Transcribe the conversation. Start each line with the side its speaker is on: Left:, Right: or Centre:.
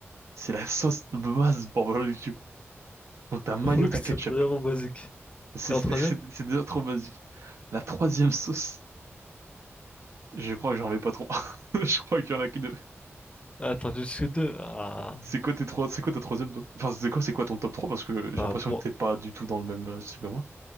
Right: C'est la sauce de base pour le barbecue. Donc t'as mayo,
Left: Pour le
Right: t'as
Left: coup,
Right: ketchup.
Left: c'est vraiment basique.
Right: C'est
Left: Et
Right: c'est-
Left: en troisième?
Right: c'est- c'est déjà trop basique. La troisième sauce, je crois que j'en mets pas trop. <laughs> Je crois qu'il y en a que deux.
Left: Ah, Attends, je suis deux. Ah,
Right: C'est quoi tes trois, c'est quoi ta troisième toi? Enfin, c'est quoi, c'est quoi ton top trois Parce que j'ai
Left: bah,
Right: l'impression
Left: moi,
Right: que t'es pas du tout dans le même euh, style que moi.